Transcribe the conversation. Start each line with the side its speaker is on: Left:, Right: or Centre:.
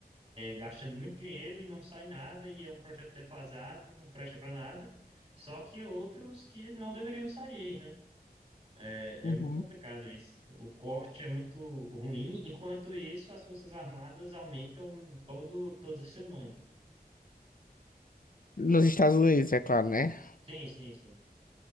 Right: gastando muito dinheiro e não sai nada, e é um projeto defasado e não presta para nada. Só que outros que não deveriam sair, né? É,
Left: Uhum.
Right: é muito complicado isso. O corte é muito ruim, enquanto isso, as Forças Armadas aumentam todo, toda semana.
Left: Nos Estados Unidos, é claro, né?
Right: Sim, sim, sim.